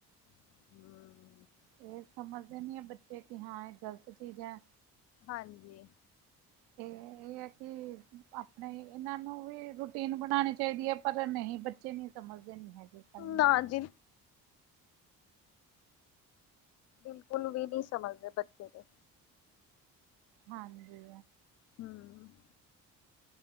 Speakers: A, on the left (about 35°); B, on the right (about 55°).
A: ਹਮ।
B: ਅਤੇ ਸਮਝਦੇ ਨਹੀਂ ਹੈ ਬੱਚੇ ਕਿ ਹਾਂ ਇਹ ਗਲਤ ਚੀਜ਼ ਹੈ।
A: ਹਾਂਜੀ।
B: ਤੇ ਇਹ ਆ ਕਿ ਆਪਣੇ ਇਹਨਾਂ ਨੂੰ ਵੀ ਰੂਟੀਨ ਬਣਾਉਣੀ ਚਾਹੀਦੀ ਹੈ। ਪਰ ਨਹੀਂ ਬੱਚੇ ਨੀ ਸਮਝਦੇ ਨੀ ਹੈਗੇ। ਗੱਲ ਨੂੰ
A: ਨਾ ਜੀ। ਬਿਲਕੁਲ ਵੀ ਨਹੀਂ ਸਮਝਦੇ ਬੱਚੇ ਦੇ।
B: ਹਾਂਜੀ।
A: ਹਮ।